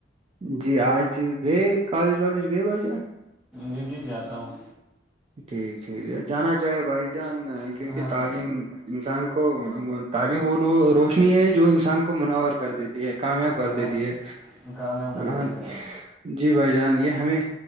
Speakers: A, on the right; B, in the centre.
A: جی آج گے کالج والالج گے بھائی جان
B: جی جی جاتا ہوں
A: ٹھیک ٹھیک جانا چاہے بھائی جان کیونکہ
B: ہاں
A: تعلیم انسان کو تعلیم روشنی ہے جو انسان کو مناور کر دیتی ہے کام کر
B: ہاں
A: دیتی ہے
B: کامیاب کر
A: ہ
B: دیتی ہے
A: جی بھائی جان یہ ہمیں